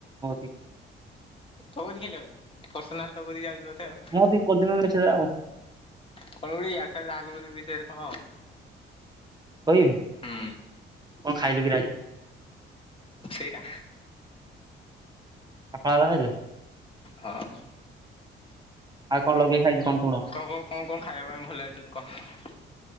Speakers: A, on the right; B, on the left.
A: <inaudible>
B: ତ କଦି କେମିତି ଲାଗୁଛି ପର୍ସନାଲ ତଗଧି ଯାଉଛି ବୋଧେ ଆଉ
A: ମୋ କତିକି ପରଦିନ ମେସେଜ ଗୁରା ଆଉ
B: କଣ ଗୁ ଟା ଲାଲ ପରି ବିଷୟରେ କହ।
A: କହିବି
B: ହୁଁ
A: କଣ ଖାଇଲୁ କିରା ଆଜି।
B: ସେଇଟା
A: କଥା ହେଲୁ
B: ହଁ
A: ଆଉ କଣ ଲଗେଇ ଖାଇଛ ପୁଣି
B: କ କ କଣ କଣ ଖାଇବା ପାଇଁ ଭଲ ଲଗେ ତୋତେ କହ।